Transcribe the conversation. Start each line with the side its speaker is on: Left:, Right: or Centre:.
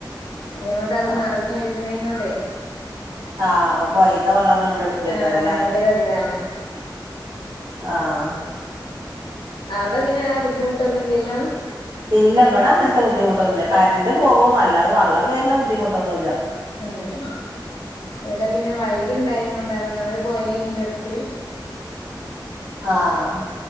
Left: അയ്നീ കൊണ്ട് അത്
Right: ആഹ്
Left: നെറഞ്ഞൊഴ്ക്ണീ കൊണ്ടെ.
Right: ആഹ് അപ്പൊ പൊയീത്തെ വള്ളൊക്ക ഇങ്ങ്ട്ട് ഇടുക്ക്വോക്കാരംലെ.
Left: ആഹ് ഭയങ്കര ഇതാണ്
Right: ആഹ്.
Left: അവടെ പിന്നെ ആ ബുദ്ധിമുട്ടൊന്നു ഇല്ല്യല്ലോ.
Right: ഇല്ല ഇബടെ അങ്ങൻത്തെ ബുദ്ധിമുട്ടൊന്നു ഇല്ല കറണ്ട്റ് പോകും അല്ലാതെ വള്ളം കെര്ണ ബുദ്ധിമുട്ടൊന്നുല്ല..
Left: ആഹ്.. എവിട പിന്നെ വയല് ഇണ്ടായും കൊണ്ടാണ് എന്നല് പോയിണ്ട അടുത്ത്..
Right: ആഹ